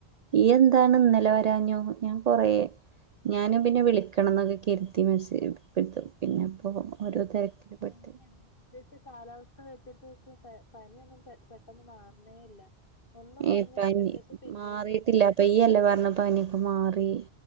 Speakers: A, on the right; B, on the left.
A: ഇഎന്താണ്ഇന്നലെ വരാഞ്ഞു ഞാൻ കുറേ ഞാനും പിന്നെ വിളിക്കണം എന്നൊക്കെ കരുത്തി മെസ്പ്പെടുത്തും പിന്നെ അപ്പോൾ ഓരോ തിരക്കില്ലേ
B: പനിയായിരുന്നു
A: പെട്ട്
B: ഇപ്പോഴത്തെ കാലാവസ്ഥ വെച്ചിട്ട് എനിക്ക് പനിയൊന്നും പെട്ടെന്ന് മാറണേയില്ല ഒന്ന് കുറഞ്ഞ്
A: ഏ പനി
B: വരുമ്പോഴത്തേക്ക് പിന്നെയും
A: മാറിയിട്ടില്ല
B: കൂടയ
A: ഈ അല്ല പറഞ്ഞ് പനിയൊക്കെ മാറി